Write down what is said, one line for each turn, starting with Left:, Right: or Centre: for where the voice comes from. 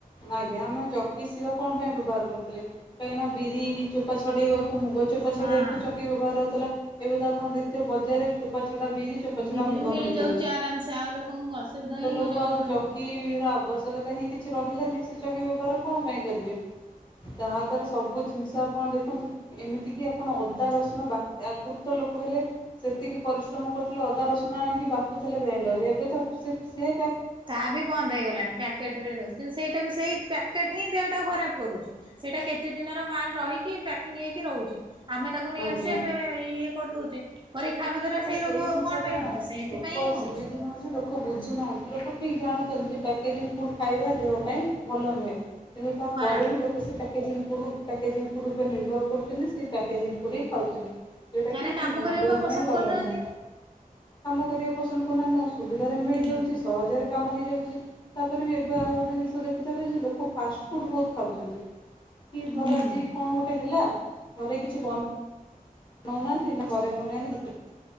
Left: ଆଜ୍ଞା ଆମେ ଚ କି ଶିଳ କଣ ପାଇଁ ବ୍ୟବହାର କରୁଥିଲେ। କାହିଁକିନା ବିରି ଚୋପା ଛଡେଇବାକୁ ମୁଗ ଚୋପା
Right: ହଁ
Left: ଛଡେଇଆକୁ ଚକି ବ୍ୟବହାର ହୋଉଥିଲା। ଏବେ ତ ଆପଣ ଦେଖୁଥିବେ ବଜାର ରେ ଚୋପା ଛଡା ବିରି ଚୋପଛଡ଼ା
Right: ବିରି
Left: ମୁଗ
Right: ବି ମିଳିଯାଉଛି
Left: ମିଳିଯାଉଚି।
Right: ଆରାମସେ ଆଉ ଲୋକଙ୍କୁ ଅସୁବିଧା
Left: ତ
Right: ହିଁ
Left: ଲୋକ
Right: କରିବାକୁ
Left: ଆଉ
Right: ପଡୁନି।
Left: ଚକିର ଆବଶ୍ୟକତା ହିଁ କିଛି ରହିଲାନି ସେ ଚକି ବ୍ୟବହାର କଣ ପାଇଁ କରିବେ। ତାହା ଦ୍ୱାରା ସବୁ ଜିନିଷ ଆପଣ ଦେଖନ୍ତୁ ଏମିତି କିି ଆପଣ ଅଦା, ରସୁଣ ବା ଆଗରୁ ତ ଲୋକ ହେଲେ ସେତିକି ପରିଶ୍ରମ କରୁଥିଲେ ଅଦା, ରସୁଣ ଆଣିକି ବାଟୁଥିଲେ ଗ୍ରାଇଣ୍ଡରରେ ଏବେ ତ ସିଏ ସିଏ
Right: ତା ବି ବନ୍ଦ ହେଇଗଲାଣି। ପ୍ୟାକେଟ୍ ରେ ଦୋଉଚି କିନ୍ତୁ ସେଇଟା ବି ସେଇ ପ୍ୟାକେଟ ହିଁ ଦେହଟା ଖରାପ କରୁଚି। ସେଇଟା କେତେ ଦିନର ମାଲ ରହିକି ପ୍ୟାକିଂ ହେଇକି ରହୁଛି। ଆମେ ତାକୁ ନେଇ
Left: ଆଜ୍ଞା।
Right: ଆସୁଛେ ଏବେ ଇଏ କରିଦଉଛେ। କରିକି ଖାଇବା ଦ୍ଵାରା
Left: ତ ସେଇ
Right: ରୋଗ
Left: ଜିନିଷ
Right: କଣ
Left: ଟା
Right: ପାଇଁ ହଉଛି ସେଇଥିପାଇଁ
Left: ଲୋକ
Right: ହିଁ ହଉଛି
Left: ସେମିତି ନୁହଁ ଯେ ଲୋକ ବୁଝୁ ନାହାନ୍ତି। ଲୋକ ଠିକ୍ ଜାଣୁଛନ୍ତି ଯେ ପ୍ୟାକେଜିଂ ଫୁଡ୍ ଖାଇବା ଦେହ ପାଇଁ ଭଲ ନୁହେଁ। କିନ୍ତୁ ତାପରେ
Right: ଖରାପ
Left: ବି ଲୋକ ସେ ପ୍ୟାକେଜିଂ ଫୁଡ୍‌ ପ୍ୟାକେଜିଂ ଫୁଡ୍‌ ଉପରେ ନିର୍ଭର କରୁଛନ୍ତି। ସେ ପ୍ୟାକେଜିଂ କୁ ବି ଖାଉଛନ୍ତି। ଯେଉଁଟାକି
Right: କାଇଁନା କାମ
Left: ଠିକ୍ ନୁହଁ
Right: କରିଆକୁ
Left: ଦେହ
Right: ଆଉ ପସନ୍ଦ
Left: ପାଇଁ ଭଲ
Right: କରୁନାହାନ୍ତି।
Left: ନୁହେଁ। କାମ କରିବାକୁ ପସନ୍ଦ କରୁନାହାନ୍ତି। ଆଉ ସୁବିଧାରେ ମିଳିଯାଉଛି।
Right: ହୁଁ ହୁଁ।
Left: ସହଜରେ କାମ ହେହିଯାଉଚି ତାପରେ ବି ଏବେ ଆଉ ଗୋଟେ ଜିନିଷ ଦେଖୁଥବେ ଯେ ଲୋକ ଫାଷ୍ଟ ଫୁଡ୍ ବୋହୁତ ଖାଉଚନ୍ତି। କି ଧର
Right: ହୁଁ
Left: ଆଜି କଣ ଗୋଟେ ହେଲା ଘରେ କିଛି ବ ନୋଉ ନାହାନ୍ତି <unintelligible> ଘରେ ବନେଇବା ନାହିଁ।